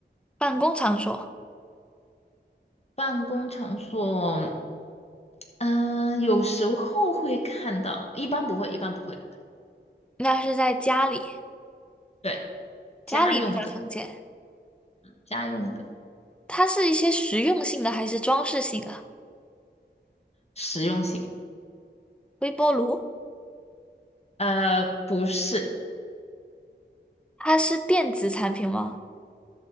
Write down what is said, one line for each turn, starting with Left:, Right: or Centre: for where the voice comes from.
Centre: 办公场所？
Left: 办公场所。嗯，有时候会看到，一般不会，一般不会。
Centre: 那是在家里，
Left: 对，家用的，
Centre: 家里比较常见。
Left: 家用的，
Centre: 它是一些实用性的还是装饰性的？
Left: 实用性。
Centre: 微波炉，
Left: 呃，不是，
Centre: 它是电子产品吗？